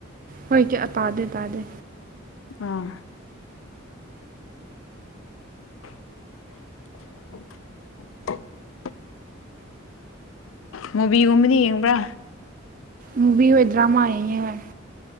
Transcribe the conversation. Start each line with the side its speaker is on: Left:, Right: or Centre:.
Right: ꯍꯣꯏ ꯀꯌꯥ ꯇꯥꯗꯦ ꯇꯥꯗꯦ
Left: ꯑꯥ <inaudible> ꯃꯨꯕꯤꯒꯨꯝꯗꯤ ꯌꯦꯡꯕ꯭ꯔꯥ
Right: ꯃꯨꯚꯤ ꯑꯣꯏ ꯗ꯭ꯔꯥ ꯑꯃꯥ ꯌ‌ꯦꯡꯉ‌ꯦ